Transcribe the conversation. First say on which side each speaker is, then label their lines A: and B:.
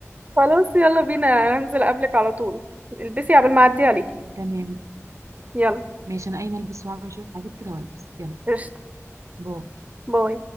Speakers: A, on the right (about 30°); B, on the right (about 80°).
A: خلاص يلا بينا هنزل قبلك على طول البسي قبل ما اعدي عليكي
B: تمام
A: يلا
B: ماشي انا قايمه البس واعمل شويه حاجات كده والبس يلا
A: قشطة
B: باي
A: باي